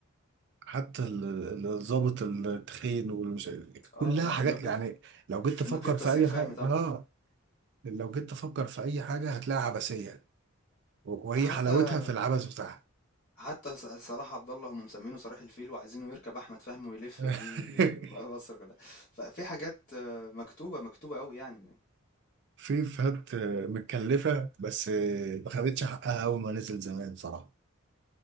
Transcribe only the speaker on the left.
اه
اه النقيب
النقيب تسيير
فهمي
طبعا
حتى
حتى ص- صلاح عبد الله هم مسمينه صلاح الفيل وعايزينه يركب احمد فهمي ويلف
بيه <laughs> مصر كلها ففي حاجات آه، مكتوبه مكتوبه قوي يعني